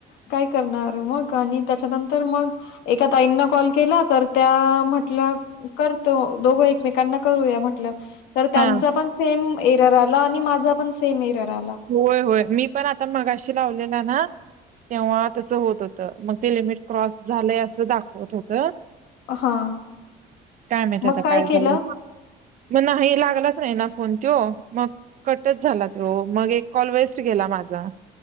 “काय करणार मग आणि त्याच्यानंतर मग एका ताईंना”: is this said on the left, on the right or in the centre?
Left